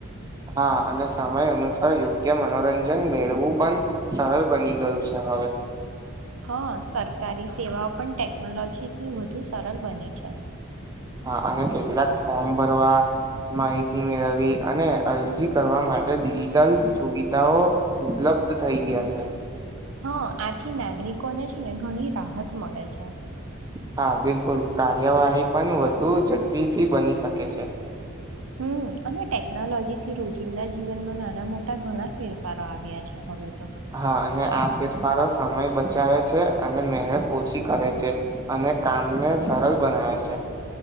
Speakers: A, on the right; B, on the right.
A: હા અને સમય અનુસાર યોગ્ય મનોરંજન મેળવું પણ સરળ બની ગયું છે. હવે.
B: હા સરકારી સેવાઓ પણ ટેકનોલોજી થી વધુ સરળ બની છે.
A: હા અને કેટલાક ફોર્મ ભરવા. માહિતી મેળવી અને અરજી કરવા માટે ડિજિટલ સુવિધાઓ ઉપલબ્ધ. <unintelligible> થઈ ગયા છે.
B: હા આથી નાગરિકોને છે, ને ઘણી રાહત મળે છે.
A: હા બિલકુલ કાર્યવાહી પણ વધુ ઝડપીથી બની શકે છે.
B: હમ અને ટેકનોલોજી થી રોજિંદા જીવનમાં નાના મોટા ઘણા ફેરફારો આવ્યા છે, હવે. તો.
A: હા અને આ ફેરફાર સમય બચાવે છે, અને મહેનત ઓછી કરે છે, અને કામને સરળ બનાવે છે.